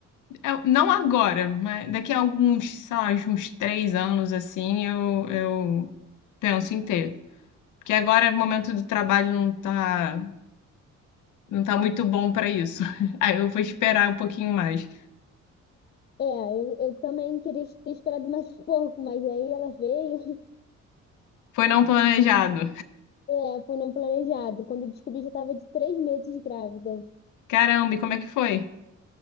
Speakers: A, on the left; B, on the left.
A: eu- não agora, mas daqui a alguns, sei lá, uns três anos assim, eu, eu penso em ter. Porque agora o momento do trabalho não tá, não tá muito bom para isso. <laughs> Aí eu vou esperar um pouquinho mais.
B: É, eu, eu também queria ter esperado mais um <laughs> pouco, mas aí ela veio.
A: Foi não planejado.
B: É, foi não planejado. Quando eu descobri, já estava de três meses grávida.
A: Caramba, e como é que foi?